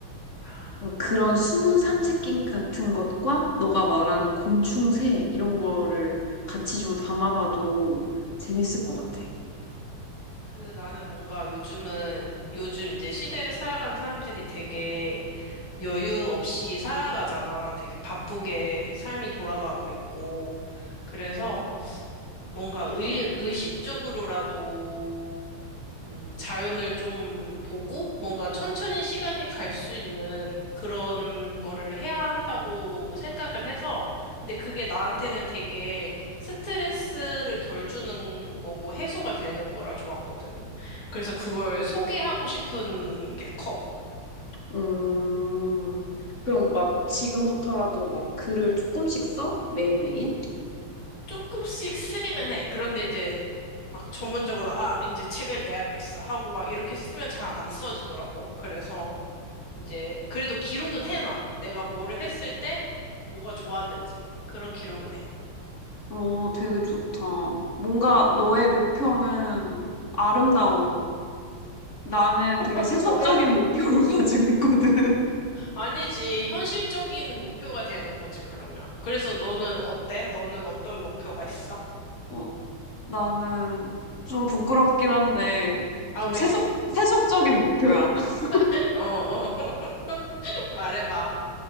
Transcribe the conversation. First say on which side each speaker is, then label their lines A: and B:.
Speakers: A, on the left; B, on the left.
A: 아.
B: 어, 그런 숨은 산책길 같은 것과 너가 말하는 곤충새 이런 거를 같이 좀 담아봐도 재밌을 것 같아.
A: 그 나는 뭔가 요즘은 요즘 이제 시대를 살아가는 사람들이 되게 여유 없이 살아가잖아. 되게 바쁘게 삶이 돌아가고 있고. 그래서 뭔가 의, 의식적으로라도 음, 자연을 좀 보고 뭔가 천천히 시간이 갈 수 있는 그런 거를 해야 한다고 생각을 해서 근데 그게 나한테는 되게 스트레스를 덜 주는 거고 해소가 되는 거라 좋았거든. 그래서 그걸 소개하고 싶은 게 커.
B: 음, 그럼 막 지금부터라도 막 글을 조금씩 써? 매일매일?
A: 조금씩 쓰기는 해. 그런데 이제 막 전문적으로 아 이제 책을 내야겠어 하고 막 이렇게 쓰면 잘 안 써지더라고. 그래서 이제 그래도 기록은 해놔. 내가 뭐를 했을 때 뭐가 좋았는지 그런 기록은 해.
B: 어, 되게 좋다. 뭔가
A: 응.
B: 너의 목표는 아름다워. 나는
A: <laughs>
B: 되게 세속적인
A: 뭐야?
B: 목표를 <laughs> 가지고 있거든.
A: 아니지 현실적인 목표가 되는 거지 그러면. 그래서 너는 어때? 너는 어떤 목표가 있어?
B: 어, 나는 좀 부끄럽긴 한데,
A: 아
B: 좀
A: 왜?
B: 세속, 세속적인 목표야. <laughs>
A: <laughs> 어 어. <laughs> 말해봐.